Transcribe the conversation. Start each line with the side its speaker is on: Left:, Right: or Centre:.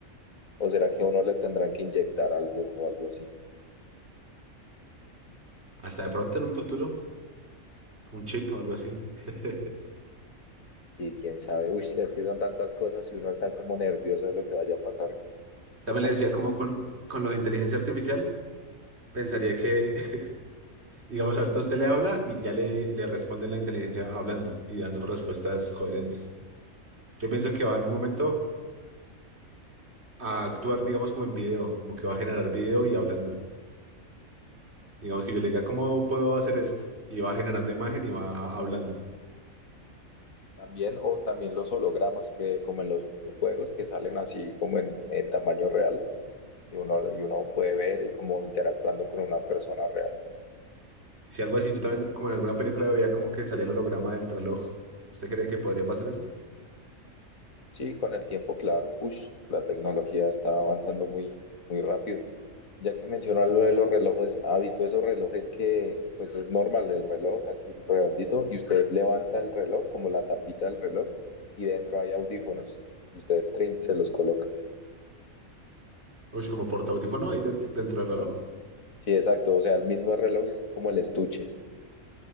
Left: ¿O será que a uno le tendrán que inyectar algo o algo así?
Right: Hasta de pronto en un futuro, un chip o algo así. <laughs>
Left: Sí, quién sabe. Uy, es que son tantas cosas y uno está como nervioso de lo que vaya a pasar.
Right: También
Left: quién sabe,
Right: le decía como con, con lo de inteligencia artificial, pensaría que, <laughs> digamos, ahorita usted le habla y ya le, le responde la inteligencia hablando y dando respuestas coherentes. Yo pienso que va en un momento a actuar, digamos, como en video, como que va a generar video y hablando. Digamos que yo le diga, ¿cómo puedo hacer esto? Y va generando imagen y va hablando.
Left: también, o también los hologramas que, como en los juegos, que salen así como en, en tamaño real y uno, y uno puede ver y como interactuando con una persona real.
Right: Si algo así, yo también, como en alguna película veía como que salía el holograma del reloj. ¿Usted cree que podría pasar eso?
Left: Sí, con el tiempo, claro, ush, la tecnología está avanzando muy, muy rápido. Ya que mencionas lo de los relojes, ¿ha visto esos relojes que, pues es normal el reloj, así redondito, y usted levanta el reloj, como la tapita del reloj, y dentro hay audífonos, y usted trin, se los coloca.
Right: Uy, como porta audífono ahí dentro, dentro del reloj.
Left: Sí, exacto, o sea, el mismo reloj es como el estuche.